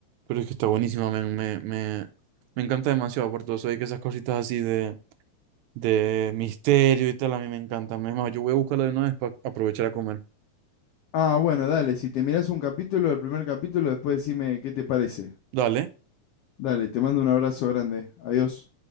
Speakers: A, on the right (about 80°); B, on the left (about 70°).
A: Pero es que está buenísima, me, me, me, me encanta demasiado. por Aparte, vos hay que esas cositas así de, de misterio y tal, a mí me encantan. Es más, yo voy a buscarla de una vez para aprovechar a comer.
B: Ah, bueno, dale, si te mirás un capítulo, el primer capítulo, después decime qué te parece.
A: Dale.
B: Dale, te mando un abrazo grande. Adiós.